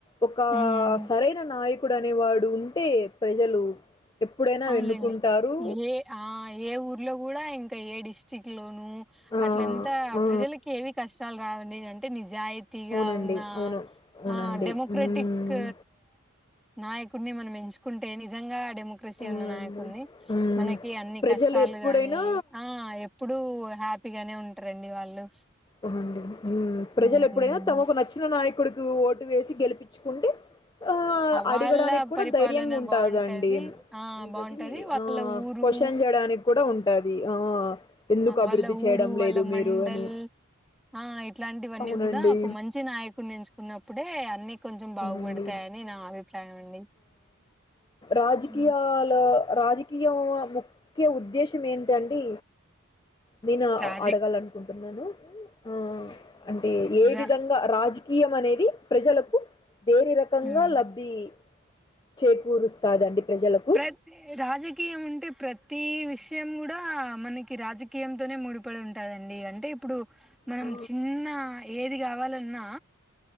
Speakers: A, on the left; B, in the centre.
A: ఒక
B: ఉమ్
A: సరైన నాయకుడు అనేవాడు ఉంటే ప్రజలు ఎప్పుడైనా
B: అవునలేండి
A: వెన్నుకుంటారు
B: ఏ ఆ ఏ ఊర్లో కూడా ఈ ఇంకా ఏ డిస్టిక్ట్ లోను
A: ఆ
B: అట్లంతా
A: ఆ
B: ప్రజలకి ఏవి కష్టాలు రావడి అంటే నిజ జాయితీగా
A: అవునండి
B: ఉన్న
A: అవును అవునండి
B: ఆ డెమొక్రెటిక్
A: మ్మ్
B: నాయకుడిని మనం ఎంచుకుంటే నిజంగా డెమో క్రషి
A: అవునండి
B: ఉన్న నాయకున్ని
A: మ్మ్
B: మనకి అన్ని
A: ప్రజలు
B: కష్టాలు
A: ఎప్పుడైనా
B: గాని ఆ ఎప్పుడు హ్యా హ్యాపీగానే ఉంటారండి వాళ్ళు
A: అండి ప్రజలు
B: హ్మ్.
A: ఎప్పుడైనా తమకు నచ్చిన నాయకుడి నువ్ ఓటు వేసి గెలిపించుకుంటే ఆ
B: వాళ్ళ
A: అడగడానికి కూడా
B: పరిపాలన
A: ధైర్యంగా ఉంటదండి.
B: బాగుంటది ఆ
A: ఉంటది
B: బాగుంటది వాళ్ళ
A: ఆ
B: ఊరు
A: క్వశ్చ షన్ చేయడానికి కూడా ఉంటది. ఆ ఎందుకు
B: వాళ్ళ
A: అభివృద్ధి చేయడం
B: ఊరు వాళ్ళ
A: లేదు
B: మండల్
A: మీరు అని
B: ఆ ఇట్లాంటివన్నీ
A: అవునండి.
B: కూడా ఒక మంచి నాయకుడ్ని ఎంచుకున్నప్పుడే అన్ని కొంచెం బావుబాడ్తాయని
A: అవునండి.
B: నా అభిప్రాయం అండి.
A: రాజకీయలో
B: ఉ
A: రాజకీయవ్ ఆమో కే ఉద్దేశం ఏంటండి. నీనా
B: రాజి
A: ఆ అడగాలనుకుంటున్నాను. ఆ అంటే ఏ
B: రా
A: విధంగా రాజ్ కీయం అనేది ప్రజలకు దేరి రకంగా
B: ఉమ్
A: లబ్ధి. చేకూరుస్తాదండి. ప్రజలకు
B: ప్రతే రాజకీయం ఉంటేం ప్రతి విషయం కూడా మనకి రాజకీయంతోనే ముడిపడి ఉంటాదండి. అంటే ఇప్పుడు మనం
A: ఆ
B: చిన్న ఏది గావాలన్నా